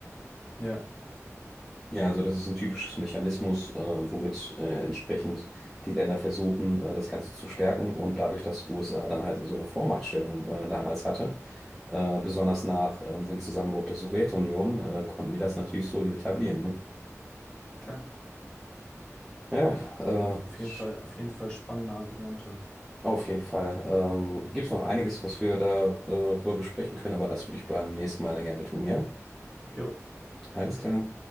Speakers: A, on the left; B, in the centre.
A: Ja,
B: Ja, also das ist ein typisches Mechanismus, äh, womit äh, entsprechend die Länder versuchen, äh, das Ganze zu stärken. Und dadurch, dass die USA dann halt so eine Vormachtstellung äh, damals hatte, äh, besonders nach ähm, dem Zusammenbruch der Sowjetunion, äh, konnten die das natürlich so etablieren. Ne?
A: klar.
B: Ja, äh,
A: Je- Auf jeden
B: sch-
A: Fall, auf jeden Fall spannende Argumente.
B: auf jeden Fall. Ähm, gibt es noch einiges, was wir darüber äh, drüber besprechen können, aber das würde ich beim nächsten Mal dann gerne tun, ja?
A: Jo.
B: Alles klar.